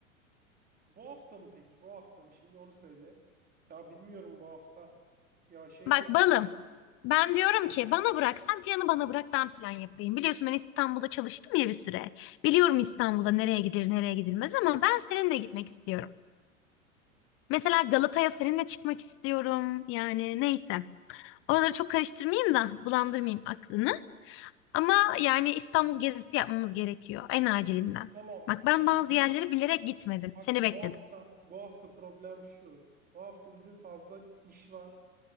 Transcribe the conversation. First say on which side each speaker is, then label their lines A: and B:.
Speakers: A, on the right; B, on the left.
A: Bu hafta mı peki? Bu hafta mı? Şimdi onu söyle. Ya bilmiyorum bu hafta. Ya şey
B: Bak
A: var
B: balım.
A: aslında. Yok.
B: Ben diyorum ki bana bırak sen planı bana bırak ben plan yapayım. Biliyorsun ben İstanbul'da çalıştım ya bir süre. Biliyorum İstanbul'da nereye gidilir nereye gidilmez ama ben seninle gitmek istiyorum. Mesela Galata'ya seninle çıkmak istiyorum. Yani neyse. Oraları çok karıştırmayayım da bulandırmayayım aklını. Ama yani İstanbul gezisi yapmamız gerekiyor en acilinden.
A: Tamam.
B: Bak ben
A: Şimdi
B: bazı
A: gün
B: yerleri bilerek gitmedim.
A: bak
B: Seni
A: şimdi
B: bekledim.
A: bu hafta bu hafta problem şu. Bu hafta bizim fazla iş var.